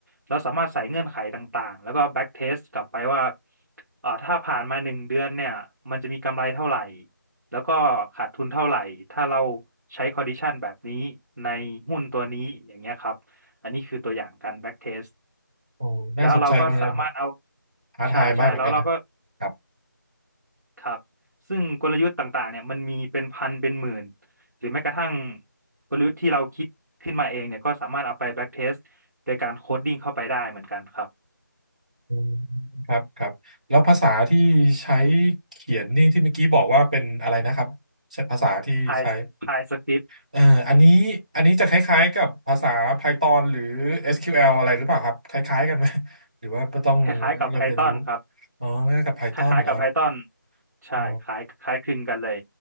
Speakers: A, on the right; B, on the right.
A: แล้วสามารถใส่เงื่อนไขต่างๆแล้วก็ back test กลับไปว่าอ่าถ้าผ่านมาหนึ่งเดือนเนี่ยมันจะมีกำไรเท่าไหร่แล้วก็ขาดทุนเท่าไหร่ถ้าเราใช้ condition แบบนี้ในหุ้นตัวนี้อย่างเงี้ยครับอันนี้คือตัวอย่างการ back test
B: โอ้น่าสนใจมากเลยครับ
A: แล้วเราก็สามารถเอา
B: ท้าทายมากเหมือนกันนะ
A: ใช่ใช่แล้วเราก็
B: ครับ
A: ครับซึ่งกลยุทธ์ต่างๆเนี่ยมันมีเป็นพันเป็นหมื่น หรือแม้กระทั่งกลยุทธ์ที่เราคิดขึ้นมาเองเนี่ยก็สามารถเอาไปแบ็กเทสโดยการโคดดิ้งเข้าไปได้เหมือนกันครับ
B: อืมครับครับแล้วภาษาที่ใช้เขียนนี่ที่เมื่อกี้บอกว่าเป็นอะไรนะครับใช้ภาษาที่ใช้
A: Py Py Script
B: เอ่ออันนี้อันนี้จะคล้ายๆกับภาษา Python หรือ SQL อสคิวแอลอะไรหรือเปล่าครับคล้ายๆกันไหมหรือว่าก็ต้อง
A: คล้ายๆกับ
B: เรมเรียนรู้
A: Python ครับ
B: อ๋อคล้ายๆกับ Python
A: คล้ายๆกับ
B: เหรอครับ
A: Python ใช่คล้ายคล้ายคลึงกันเลย
B: อ๋อ